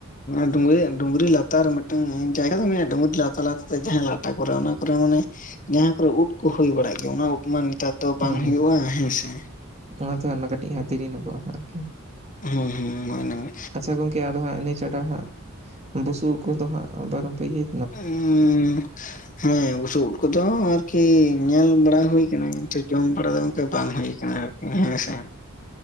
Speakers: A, on the left; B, on the right.
A: <inaudible> ᱰᱩᱝᱨᱤ ᱰᱩᱝᱨᱤ ᱞᱟᱛᱟᱨ ᱨᱮ ᱢᱤᱫᱴᱟᱝ ᱡᱟᱭᱜᱟ ᱫᱚ ᱢᱮᱱᱟᱜᱼᱟ ᱰᱩᱝᱨᱤ ᱞᱟᱛᱟᱨ ᱞᱟᱛᱟᱨ ᱡᱟᱦᱟᱸᱭ ᱞᱟ ᱴᱟ ᱠᱚᱨᱮ ᱚᱱᱟ ᱠᱚᱨᱮ ᱢᱟᱱᱮ ᱡᱟᱦᱟᱸ ᱠᱚᱨᱮ ᱩᱫ ᱠᱚ ᱦᱩᱭ ᱵᱟᱲᱟᱜ ᱜᱮᱭᱟ ᱚᱱᱟ ᱩᱯᱩ ᱢᱟ ᱱᱤᱛ ᱱᱮᱛᱟᱨ ᱫᱚ
B: ᱦᱩᱸ
A: ᱵᱟᱝ ᱦᱩᱭᱩᱜᱼᱟ
B: ᱦᱩᱸ
A: ᱦᱮᱸ ᱥᱮ᱾
B: ᱚᱱᱟᱛᱮ ᱠᱟᱹᱴᱤᱡ ᱫᱮᱨᱤᱧᱚᱜᱚᱜᱼᱟ ᱟᱨᱠᱤ᱾
A: ᱦᱩᱸ ᱦᱩᱸ ᱦᱚᱭ ᱚᱱᱟ ᱜᱮ
B: ᱟᱪᱪᱷᱟ ᱜᱚᱝᱠᱮ ᱟᱫᱚ ᱦᱟᱸᱜ ᱤᱱᱟᱹ ᱪᱷᱟᱰᱟ ᱦᱟᱸᱜ ᱵᱩᱥᱩᱵ ᱩᱫ ᱠᱚᱫᱚ ᱦᱟᱸᱜ ᱵᱟᱝ ᱯᱮ ᱤᱭᱟᱹ
A: ᱩᱸ ᱦᱮᱸ ᱵᱩᱥᱩᱵ ᱩᱫ ᱠᱚᱫᱚ ᱟᱨᱠᱤ ᱧᱮᱞ ᱵᱟᱲᱟ ᱦᱩᱭ ᱠᱟᱱᱟ ᱠᱤᱱᱛᱩ ᱡᱚᱢ ᱵᱟᱲᱟ ᱫᱚ ᱜᱚᱝᱠᱮ ᱵᱟᱝ ᱦᱩᱭ ᱠᱟᱱᱟ ᱟᱨ ᱦᱮᱸ ᱥᱮ